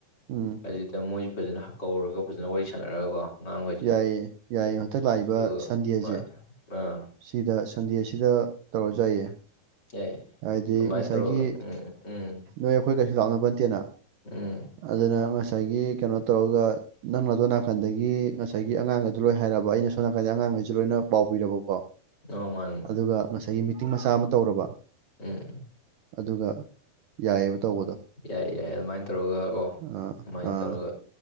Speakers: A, on the right (about 85°); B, on the left (about 25°).
A: ꯎꯝ
B: ꯁꯤꯗ ꯃꯣꯏꯁꯤ ꯐꯖꯅ ꯀꯧꯔꯒ ꯐꯖꯅ ꯋꯥꯔꯤ ꯁꯥꯟꯅꯔꯒꯀꯣ ꯑꯉꯥꯡꯈꯩꯁꯦ
A: ꯌꯥꯏꯌꯦ ꯌꯥꯏꯌꯦ ꯍꯟꯗꯛ ꯂꯥꯛꯏꯕ
B: ꯑꯗꯨꯒ
A: ꯁꯟꯗꯦꯁꯦ
B: ꯃꯥꯅꯦ ꯑꯥ
A: ꯁꯤꯗ ꯁꯟꯗꯦꯁꯤꯗ ꯇꯧꯔꯁꯨ ꯌꯥꯏꯌꯦ
B: ꯑꯦ
A: ꯍꯥꯏꯕꯗꯤ
B: ꯑꯗꯨꯃꯥꯏꯅ
A: ꯉꯁꯥꯏꯒꯤ
B: ꯇꯧꯔꯒ ꯎꯝ ꯎꯝ
A: ꯅꯣꯏ ꯑꯩꯈꯣꯏ ꯀꯩꯁꯨ ꯂꯥꯛꯅꯕ ꯅꯇꯦꯅ
B: ꯎꯝ
A: ꯑꯗꯨꯅ ꯉꯁꯥꯏꯒꯤ ꯀꯩꯅꯣ ꯇꯧꯔꯒ ꯅꯪ ꯑꯗꯣ ꯅꯥꯀꯟꯗꯒꯤ ꯉꯁꯥꯏꯒꯤ ꯑꯉꯥꯡꯒꯗꯨ ꯂꯣꯏ ꯍꯥꯏꯔꯕ ꯑꯩꯅ ꯁꯣꯝ ꯅꯥꯀꯟꯗ ꯑꯉꯥꯡꯒꯁ ꯂꯣꯏꯅ ꯄꯥꯎ ꯄꯤꯔꯕꯀꯣ
B: ꯑ ꯃꯥꯥꯟ
A: ꯑꯗꯨꯒ ꯉꯁꯥꯏꯒꯤ ꯃꯤꯇꯤꯡ ꯃꯆꯥ ꯑꯃ ꯇꯧꯔꯕ
B: ꯎꯝ
A: ꯑꯗꯨꯒ ꯌꯥꯏꯑꯕ ꯇꯧꯕꯗꯣ
B: ꯌꯥꯏ ꯌꯥꯏ ꯑꯗꯨꯃꯥꯏꯅ ꯇꯧꯔꯒ ꯀꯣ
A: ꯑꯥ
B: ꯑꯗꯨꯃꯥꯏꯅ
A: ꯑꯥ
B: ꯇꯧꯔꯒ